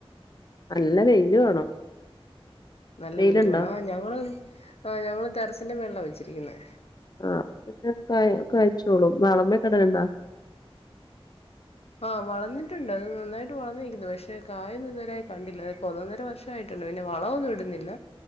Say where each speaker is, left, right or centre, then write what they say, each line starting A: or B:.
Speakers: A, on the left; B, on the left.
A: നല്ല വെയില് വേണം
B: നല്ല
A: വെയിലുണ്ടോ
B: വെയിയില് വേണം ആഹ് ഞങ്ങള് ആഹ് ഞങ്ങള് ട്ടെറസിന്റെ മേള്ല വെച്ചിരിക്ക്ന്നെ
A: ആഹ് പിന്നെ കാഴ്ച്ചോളും വളമെക്ക ഇടലുണ്ടൊ
B: ആഹ് വളർന്നിട്ടുണ്ട് അത് നന്നായിട്ട് വളർന്നിരിക്കുന്നു പക്ഷെ കായൊന്നു ഇതുവരായി കണ്ടില്ല ഇപ്പ ഒന്നൊന്നര വർഷം ഇാ <unintelligible> യിട്ട പിന്ന വളമൊന്നും ഇട്ന്നില്ല